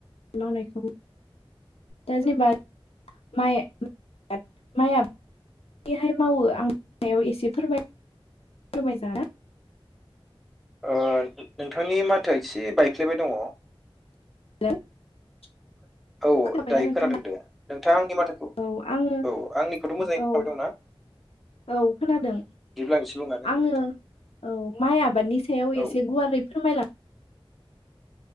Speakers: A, on the left; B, in the centre.
A: मावनायखौ दा जेनेबा माइ <unintelligible> माया बेहाय मावो आं साव एसे फोरमाय फोरमायजाना
B: नोंथांनि माथो एसे बायफ्लेबाय दङ।
A: <unintelligible>
B: औ
A: खोनाबायना
B: दायो
A: नोंथाङा
B: खोनादों दे नोंथाङा आंनि माथोखौ
A: औ आङो
B: औ आंनिखौथ' मोजाङै खोनाबाय
A: औ
B: दं ना?
A: औ खोनादों
B: आं एसे बुंनानै होनि
A: आङो
B: नोंथां
A: औ माइ आबादनि सायाव
B: औ
A: एसे गुवारै फोरमायला